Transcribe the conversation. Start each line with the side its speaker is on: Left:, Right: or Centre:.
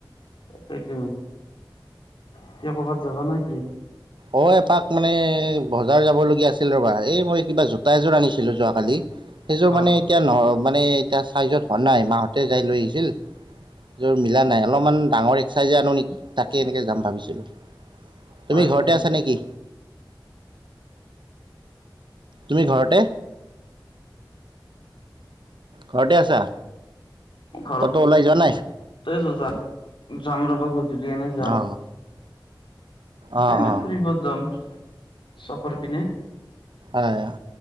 Left: তাকেইটো এতিয়া ক'বাত যাবা না কি?
Right: অ', এপাক মানে বজাৰ যাব লগগীয়া আছিল ৰ'বা, এই মই কিবা জোতা এযোৰ আনিছিলো যোৱাকালি। সেইযোৰ
Left: অ
Right: মানে এতিয়া ন' মানে এতিয়া চাইজত হোৱা নাই মাহঁতে যায় লৈ আহিছিল। যোৰ মিলা নাই, অলপমান ডাঙৰ একচাইজে আনো নেকি তাকে এনেকে যাম। <unintelligible>
Left: হয়
Right: তুমি
Left: নেকি
Right: ঘৰতে আছা নে কি? তুমি ঘৰতে ঘৰতে আছা?
Left: ঘৰত
Right: ক'তো
Left: <unintelligible>
Right: ওলাই যোৱা নাই
Left: যাম ৰ'বা। গধূলি এনে যাম।
Right: অঁ অঁ
Left: এই মই
Right: অঁ
Left: ফুৰিব যাম চফৰ পিনে।
Right: অ'